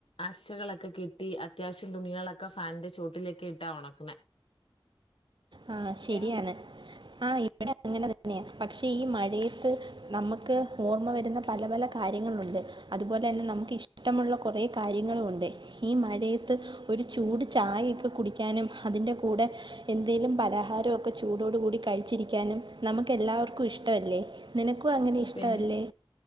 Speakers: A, on the left; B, on the right.
A: ആശകളൊക്കെ കെട്ടി അത്യാവശ്യം തുണികളൊക്കെ ഫാനിന്റെ ചുവട്ടിലൊക്കെ ഇട്ടാ ഉണക്കണേ
B: ആ
A: അവിടെയോ
B: ശരിയാണ് ആ ഇവിടെ അങ്ങനെ തന്നെയാ പക്ഷേ ഈ മഴയത്ത് നമുക്ക് ഓർമ്മ വരുന്ന പല പല കാര്യങ്ങളുണ്ട് അതുപോലെ തന്നെ നമുക്ക് ഇഷ്ടമുള്ള കുറേ കാര്യങ്ങളുമുണ്ട് ഈ മഴയത്ത് ഒരു ചൂട് ചായ ഒക്കെ കുടിക്കാനും അതിൻ്റെ കൂടെ എന്തേലും പലഹാരൊക്കെ ചൂടോടു കൂടി കഴിച്ചിരിക്കാനും നമുക്ക് എല്ലാവർക്കും ഇഷ്ടമല്ലേ നിനക്കും അങ്ങനെ ഇഷ്ടമല്ലേ
A: പിന്നെ